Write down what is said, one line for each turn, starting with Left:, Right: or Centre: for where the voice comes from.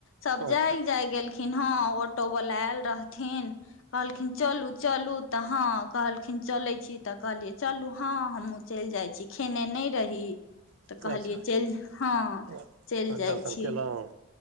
Left: सब
Right: अच्छा
Left: जाय जाय गेलखिन ह ऑटो वाल आयल रहथिन कहलखिन चलू चलू तऽ हँ कहलखिन चले छी तऽ कहलियै चलू हँ हमहूँ चलि जाइ छी खेने नहि रही
Right: अच्छा
Left: तऽ कहलियै
Right: अच्छा
Left: चलि हँ
Right: अच्छा
Left: चलि जाइ
Right: दर्शन
Left: छी
Right: केलहुँ